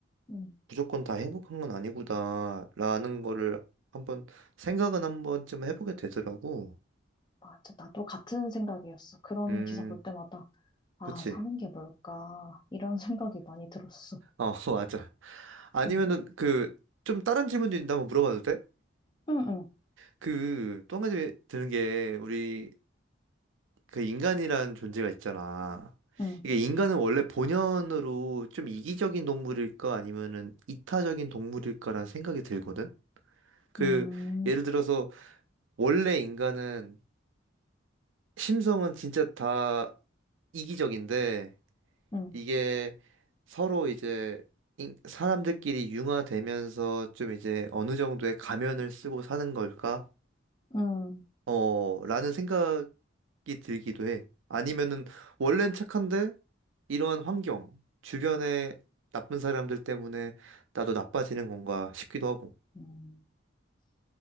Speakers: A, on the left; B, on the right.
A: 응,
B: 무조건 다 행복한 건 아니구나라는 거를 한번 생각은 한 번쯤 해보게 되더라고.
A: 맞아. 나도 같은 생각이었어. 그런
B: 음,
A: 기사 볼 때마다. 아,
B: 그치.
A: 사는 게 뭘까? 이런 <laughs> 생각이 많이 들었어.
B: 어, <laughs> 맞아. 아니면은
A: 응,
B: 그 좀 다른 질문도 있는데 한번 물어봐도 돼?
A: 응, 응,
B: 그 또 한 가지 드는 게 우리 그 인간이란 존재가 있잖아.
A: 응,
B: 이게 인간은 원래 본연으로 좀 이기적인 동물일까 아니면은 이타적인 동물일까라는 생각이 들거든. 그
A: 응,
B: 예를 들어서 원래 인간은 심성은 진짜 다 이기적인데
A: 응,
B: 이게 서로 이제 인- 사람들끼리 융화되면서 좀 이제 어느 정도의 가면을 쓰고 사는 걸까?
A: 응,
B: 어, 라는 생각이 들기도 해. 아니면은 원래는 착한데 이러한 환경, 주변에 나쁜 사람들 때문에 나도 나빠지는 건가 싶기도 하고.
A: 응.